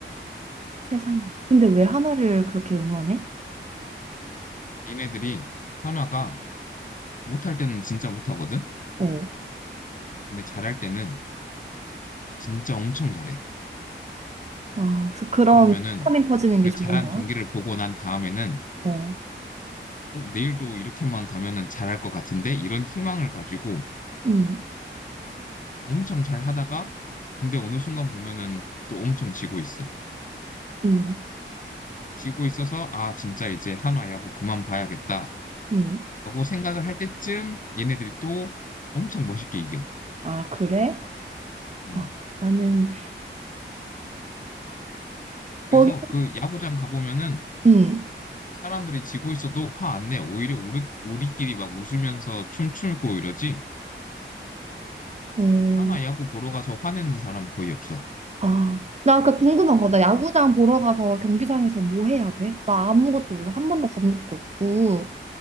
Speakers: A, on the right (about 35°); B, on the left (about 40°).
A: 세상에. 근데 왜 하나를 그렇게 응원해?
B: 얘네들이 한화가 못할 때는 진짜 못하거든.
A: 어,
B: 근데 잘할 때는 진짜 엄청 잘해.
A: 아, 그래서 그런
B: 그러면은
A: 화면 터지는
B: 그
A: 게 좋은
B: 잘한
A: 거야?
B: 경기를 보고 난 다음에는
A: 어,
B: 어, 내일도 이렇게만 가면은 잘할 것 같은데 이런 희망을 가지고
A: 음,
B: 엄청 잘 하다가 근데 어느 순간 보면은 또 엄청 지고 있어.
A: 음,
B: 지고 있어서 아 진짜 이제 한화야 뭐 그만 봐야겠다라고
A: 음.
B: 생각을 할 때쯤 얘네들이 또 엄청 멋있게 이겨.
A: 아, 그래?
B: 음.
A: 아, 나는 거기
B: 그래서 그 야구장 가보면은
A: 음.
B: 사람들이 지고 있어도 화 안 내. 오히려 우리, 우리끼리 막 웃으면서 춤추고 이러지.
A: 음.
B: 한화
A: 어.
B: 야구 보러 가서 화내는 사람 거의 없어.
A: 아, 나 아까 궁금한 거. 나 야구장 보러 가서 경기장에서 뭐 해야 돼? 나 아무것도 몰라. 한 번도 가본 적도 없고.